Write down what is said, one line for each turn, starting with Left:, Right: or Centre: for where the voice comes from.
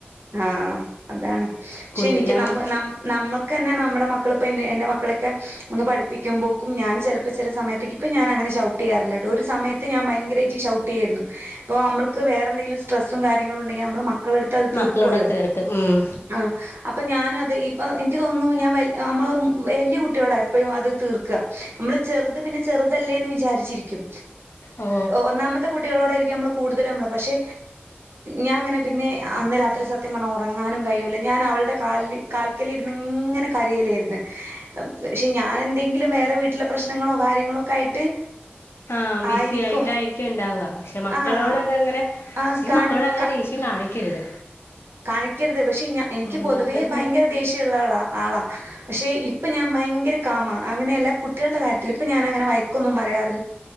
Right: ആഹ് അതാണ് പക്ഷെ
Left: കുഞ്ഞിലാണ്
Right: എനിക്ക് നമ്മ നമ്മൾക്ക്ന്നെ നമ്മ നമ്മുടെ മക്കളിപ്പോൾ എന്നേ എന്റെ മക്കളെക്കെ ഒന്ന് പഠിപ്പിക്കാൻ പോക്കും ഞാൻ ചിലപ്പോ ചില സമയത്തേ ഇപ്പം ഞാന് അങ്ങനെ ഷൗട്ട് ചെയ്യാറ് ഇല്ല കേട്ടോ ഒരു സമയത്ത് ഞാൻ ഭയങ്കരമായിട്ട് ഷൗട്ട് ചെയ്യുമായിരുന്നു അപ്പോൾ നമ്മക്ക് വേറെന്തെങ്കിലും സ്ട്രെസും കാര്യങ്ങളും ഉണ്ടെങ്കിൽ നമ്മള് മ മക്കള എടുത്ത് അത് തീർക്കുമല്ലോ
Left: മക്കളോട് തീർക്ക് ഉം
Right: ആഹ് അപ്പൊ ഞാന് അത് ഈ ഇപ്പം എനിക്ക് തോന്നുന്നു ഞാൻ വല്യ നമ്മൾ വലിയ കുട്ടിയോടാ എപ്പോഴും അത് തീർക്കുക നമ്മള് ചെറുത് പിന്നെ ചെറുത് തെല്ലെന്നു വിചാരിച്ചു ഇരിക്കും
Left: ഓ
Right: ഒന്നാമത്തെ കുട്ടികളോടായിരിക്കും നമ്മള് കൂടുതല നമ്മള് പക്ഷെ ഞാൻങ്ങെന്നെന്ന് അത്ര സത്യം വ ഉറങ്ങാനും കഴിയൂല്ല ഞാൻ അവളുടെ ക കാൽക്കല്ിന്ന് ഇങ്ങനെ കരയലായിന്ന് പക്ഷെ ഞാൻ എന്തെങ്കിലും വേറെ വീട്ടിലെ പ്രശ്നങ്ങളോ കാര്യങ്ങളൊക്കെ ആയിട്ട്
Left: ആഹ ബിസി
Right: ആയിരിക്കും
Left: ആയിട്ടായിരിക്കും ഇണ്ടാവാ പക്ഷെ മക്കളോടൊക്കെ
Right: ആഹ്
Left: അങ്ങനെ
Right: ആഹ്
Left: ശും
Right: കാണി
Left: മക്കളോട് അങ്ങനെ
Right: ക
Left: ദേഷ്യം കാണിക്കരുത്
Right: കാണിക്കരുത് പക്ഷെ ഇ എനിക്ക്
Left: ഉം
Right: പൊതുവേ
Left: മക്കൾക്ക്
Right: ഭയങ്കര ദേഷ്യമുള്ളവളാ ആളാ പക്ഷെ ഇപ്പൊ ഞാൻ ഭയങ്കര കാമ അങ്ങനെയല്ല കുട്ടികളുടെ കാര്യത്തിൽ ഇപ്പ ഞാൻ അങ്ങനെ വയക്കൊന്നും പറയാ റ